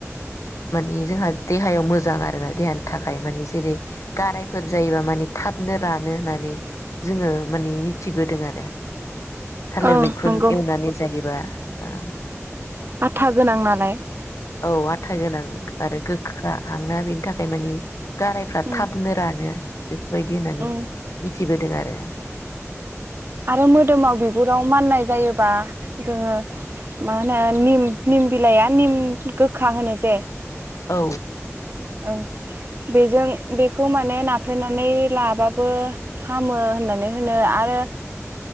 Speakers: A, on the left (about 80°); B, on the right (about 50°).
A: मानि जोंहा देहायाव मोजां आरोना देहानि थाखाय माने जेरै गारायफोर जायोबा माने थाबनो रान नो होनानै जोङो मानि मिथि बोदों आरो। थालिर
B: औ
A: मैखुन
B: नंगौ
A: एवनानै जायोबा ओ
B: आथा गोनां नालाय
A: औ आथा गोनां आरो गोखाहांना बेनि थाखाय मानि गारायफ्रा
B: उम
A: थाबनो रानो। बेफोरबायदि होननानै
B: उम
A: मिथिबोदों आरो।
B: आरो मोदोमाव बिगुराव माननाय जायोबा जोङो मा होनो निम निम बिलाइआ निम गोखा होनो जे
A: औ।
B: औ बेजों बेखौ माने नाफ्लेनानै लाबाबो हामो होननानै होनो आरो